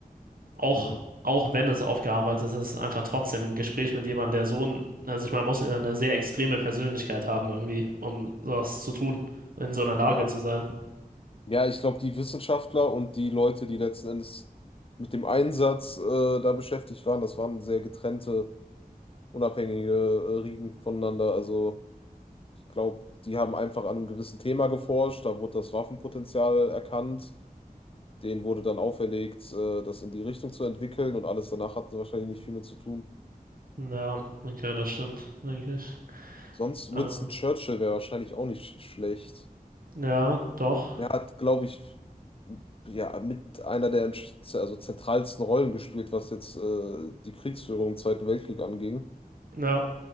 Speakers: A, on the right; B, on the left.
A: Auch,
B: Mhm.
A: auch wenn es aufgearbeitet ist, einfach trotzdem ein Gespräch mit jemandem, der so ein, also ich meine, muss ja eine sehr extreme Persönlichkeit haben irgendwie, um sowas zu tun, in so einer Lage
B: Ja.
A: zu sein.
B: Ja, ich glaube, die Wissenschaftler und die Leute, die letzten Endes mit dem Einsatz äh, da beschäftigt waren, das waren sehr getrennte unabhängige äh, Riegen voneinander. Also ich glaube, die haben einfach an einem gewissen Thema geforscht, da wurde das Waffenpotenzial erkannt, denen wurde dann auferlegt, äh, das in die Richtung zu entwickeln und alles danach hatten sie wahrscheinlich nicht viel mit zu tun.
A: Ja, okay, das stimmt, denke ich.
B: Sonst
A: Ähm,
B: Winston Churchill wäre wahrscheinlich auch nicht sch- schlecht.
A: ja, doch.
B: Der hat, glaube ich, ja, mit einer der entsch- also zentralsten Rollen gespielt, was jetzt äh, die Kriegsführung im Zweiten Weltkrieg anging.
A: Ja,